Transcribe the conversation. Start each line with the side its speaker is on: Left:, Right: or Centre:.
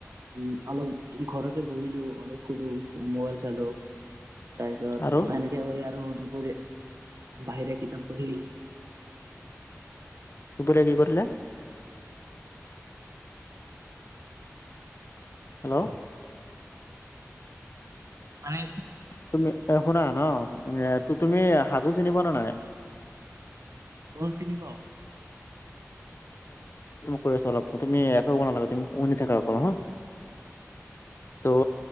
Right: উ অলপ ঘৰতে বহিলো অলপ। সুধো মোবাইল চালো তাৰপিছত
Left: আৰু
Right: এনেকে কৰি আৰু দুপ বাহিৰা কিতাপ পঢ়িল।
Left: দুুপুৰীয়া কি কৰিলে? হেল্ল'
Right: মানে
Left: তুমি শুনা ন তুমি সাজু চিনিব ন নাই।
Right: ম চিনি পাও।
Left: কৰি চল তুমি এক কনা লাগ তুমি উনি থাকা অকল হা। ত' উ